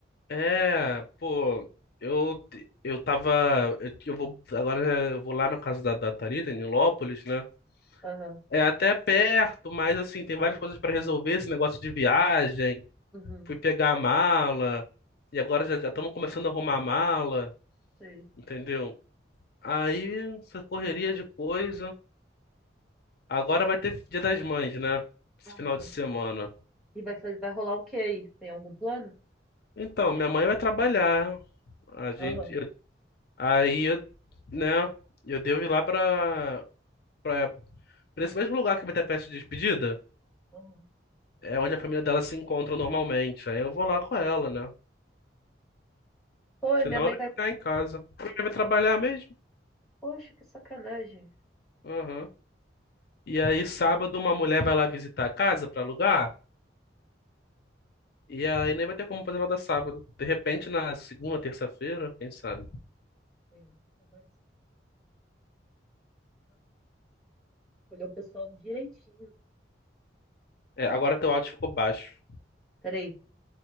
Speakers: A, on the left; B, in the centre.
A: É, pô, eu, te- eu tava. Eu, eu vou, agora né, eu vou lá na casa da, da Thalita, em Nilópolis, né?
B: Aham,
A: É até perto, mas assim, tem várias coisas pra resolver, esse negócio de viagem.
B: Uhum.
A: fui pegar a mala, e agora já estamos começando a arrumar a mala,
B: sei.
A: entendeu? Aí, essa correria de coisa. Agora vai ter Dia das Mães, né? Esse
B: Aham.
A: final de semana.
B: E vai, fazer, vai rolar o que aí? Tem algum plano?
A: Então, minha mãe vai trabalhar. A gente,
B: Aham,
A: eu- aí, eu, né? Eu devo ir lá pra, pra, pra esse mesmo lugar que vai ter festa de despedida.
B: aham.
A: É onde a família dela se encontra normalmente. Aí eu vou lá com ela, né?
B: Pô,
A: Senão
B: e minha mãe
A: eu ia
B: vai.
A: ficar em casa. Ela vai trabalhar mesmo?
B: Poxa, que sacanagem.
A: Aham. E aí, sábado, uma mulher vai lá visitar a casa pra alugar. E aí nem vai ter como fazer nada sábado. De repente, na segunda, terça-feira, quem sabe?
B: É, agora você vai escolher o pessoal direitinho.
A: É, agora teu áudio ficou baixo.
B: Peraí,